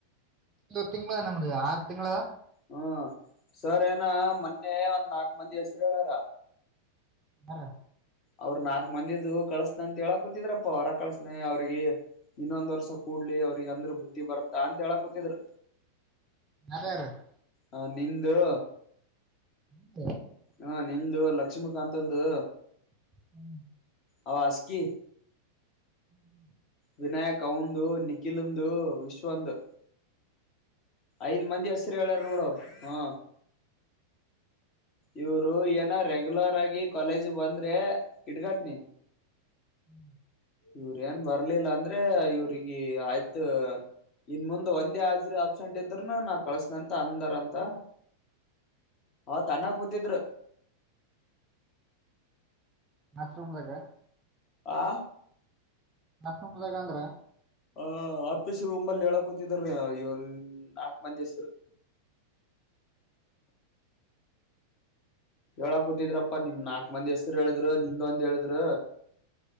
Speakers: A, on the right; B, on the left.
A: ಒ ತಿಂಗಳ ನಮ್ದು ಆರು ತಿಂಗಳದ
B: ಹ್ಮ ಸರ್ ಏನ ಮೊನ್ನೆ ಒಂದ್ ನಾಕ್ ಮಂದಿ ಹೆಸರು ಹೇಳಾರ
A: ಹ
B: ಅವ್ರ್ ನಾಕ್ ಮಂದಿದು ಕಳಸನ ಅಂತ ಹೇಳಕ್ ಕೂತಿದ್ರಪ್ಪ ಹೊರ ಕಳಸನ ಅವ್ರಿಗೆ ಇನ್ನೊಂದ್ ವರ್ಷ ಕೂ ಳ್ಳಿ ಅವ್ರಿಗೆ ಅಂದ್ರು ಬುದ್ಧಿ ಬರ್ತ್ತಾ ಅಂತ ಹೇಳಕ್ ಕೂತಿದ್ರು
A: ಯಾರ್ಯಾರ
B: ಹ ನಿ್ದು
A: ಹ್ಮ್
B: ಹಾ ನಿ್ದ ಲಕ್ಷ್ಮಕಾತ್ಂದು
A: ಹ್ಮ್
B: ಆವಾಜ ಕ
A: ಹ್ಮ್
B: ವಿನಾಯಕ ಉಂದು ನಿಖಿಲ್ಂದು ವಿಶ್ವಂದು ಐದ್ ಮಂದಿ ಹಸರು ಹೇಳ್ಯಾರ ನೋಡವರು ಹ ಇವರು ಏನ ರೆಗ್ಯುಲರ್ ಆಗಿ ಕಾಲೇಜ ಬಂದ್ರೆ ಹಡ್ಗತ್ನಿ
A: ಹ್ಮ್
B: ಇವ್ರ ಏನ್ ಬರ್ಲಿಲ್ಲ ಅಂದ್ರೆ ಇವ್ರಿಗೆ ಆಯ್ತು ಇನ್ ಮುಂದ್ ಒಂದೇ ಹಾಜ್ರ ಅಬ್ಸೆಂಟ್ ಇದ್ರೂನು ನಾ ಕಳಸನಂತ ಅಂದರ ಅಂತ ಹ ತನ್ನ ಕೂತಿದ್ರು
A: ಮಾಶರುೂಮ್ದಾಗ
B: ಆ
A: ನತ್ಕಂಬದಾಗ ಅಂದ್ರೆ
B: ಹ ಆಫೀಸ್ರು ರೂಂಬಲ್ಲಿ ಹೇಳಕ್ೂತಿದ್ರು ಇವ ನಾಕ್ ಮಂದಿ ಹೆಸರು ಹೇಳಾಕ್ ಕೂತಿದ್ರಪ್ಪಾ ನಿಮ ನಾಕ್ ಮಂದಿ ಹೆಸ್ರು ಹೇಳಿದ್ರು ನಿಂದ ಒಂದ್ ಹೇಳಿದ್್ರ